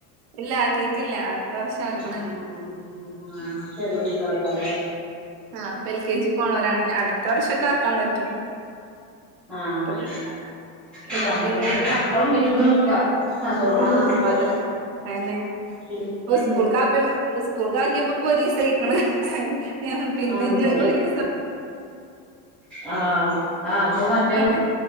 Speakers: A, on the right (about 85°); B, in the centre.
A: ഇല്ല ആക്കിയിട്ടില്ല അടുത്ത വർഷം ആക്കണം
B: ഉം
A: ഇനി
B: ആ ഉം ആ ചെറിയ കുട്ട്യോളയ്ക്കാരം ലേ?
A: ആഹ് ഇപ്പ എൽ കെ ജി ക്ക് പോണോരാണ് അടുത്ത വർഷൊക്കെ ആക്കാൻ പറ്റും.
B: ആഹ്
A: ഇപ്പൊ പിന്നെ
B: അല്ല
A: ഇപ്പൊ
B: മദർസ്ക്കാക്കോളം
A: പിന്നെ
B: വിരുന്ന് നിക്കാ അതോളൊള്ളൂ
A: ആ
B: സുഖം.
A: മദ്ര അയന്നെ
B: പിന്നെ
A: ഇപ്പൊ സ്കൂൾക്കാക്യ സ്കൂൾക്കാക്ക്യപ്പൊ ഒരീ സായ്‌ക്ക്ണ്. ഞാൻ പിന്നെഞ്ഞ്
B: ആണല്ലേ
A: ഒരീസം,
B: ആഹ്, ആ ഇപ്പൊ മറ്റേ
A: ആണ്